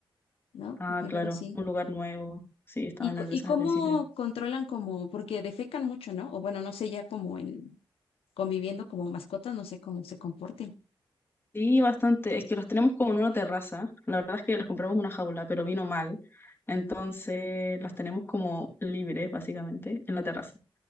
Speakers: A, on the left; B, on the left.
A: ¿no?
B: Ah,
A: Porque
B: claro,
A: luego sí.
B: un lugar nuevo. Sí, estaban
A: Y, co-
B: nerviosas
A: y cómo
B: al principio.
A: controlan como, porque defecan mucho, ¿no? O bueno, no sé, ya como en conviviendo como mascotas, no sé cómo se comporten.
B: Sí, bastante. Es que los tenemos como en una terraza. La verdad es que les compramos una jaula, pero vino mal. Entonces las tenemos como libres, básicamente, en la terraza.